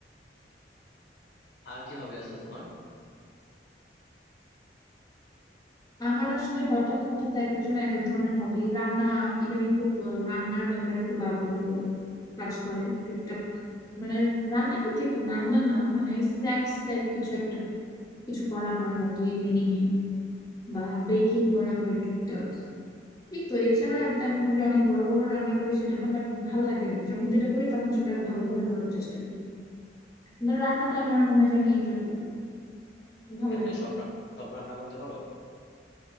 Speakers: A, on the left; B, on the left.
A: আর কি হবি আছে তোমার
B: আমার আসলে হঠাৎ হঠাৎ এক এক সময় এক এক ধরনের হবি রান্না ইদানিং খুব আহ, রান্নার ব্যাপারে খুব আগ্রহ কাজ করে টুকটাক মানে রান্না কি ঠিক রান্না না মানে স্ন্যাক্স টাইপ কিছু একটা কিছু করা হয় হয়তো ইভিনিং এ বা বেকিং করা হয় টুকটাক এই তো এছাড়া
A: এ-
B: আর তেমন যে অনেক বড় বড় রান্না করি সেটা না বাট ভাল লাগে আর কি যখন যেটা করি তখন সেটা ভালোভাবে করার চেষ্টা করি মানে রান্নাটা আমার মনে হয় যে আমি এনজয় করি ভাল
A: এমনি
B: লাগে
A: সব রা- সব রান্না করতে পারো